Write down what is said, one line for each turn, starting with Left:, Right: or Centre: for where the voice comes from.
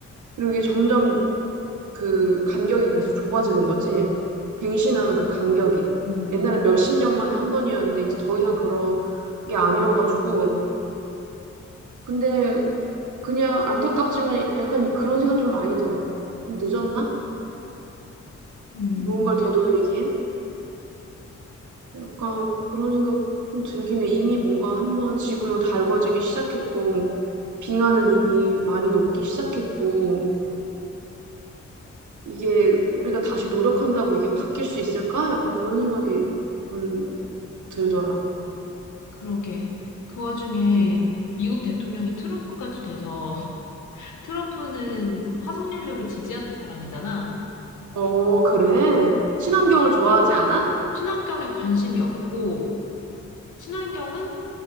Right: 그리고 이게 점점 그 간격이 그래서 좁아지는 거지. 갱신하는 그 간격이.
Left: 음,
Right: 옛날엔 몇십 년 만에 한 번이었는데 이제 더 이상 그런 게 아니어가지고. 근데 그냥 안타깝지만 약간 이- 그런 생각 좀 많이 들어. 좀 늦었나?
Left: 음,
Right: 뭔가를 되돌리기엔? 약간 그런 생각 좀 들긴 해. 이미 뭔가 한번 지구는 달궈지기 시작했고, 빙하는 이미 많이 녹기 시작했고, 이게 우리가 다시 노력한다고 이게 바뀔 수 있을까? 약간 그런 생각이 좀 들더라.
Left: 그러게. 그 와중에
Right: 음.
Left: 미국 대통령이 트럼프까지 돼서 트럼프는 화석연료를 지지하는 음. 사람이잖아.
Right: 어, 그래. 친환경을 좋아하지 않아?
Left: 친환경에 관심이 없고, 친환경은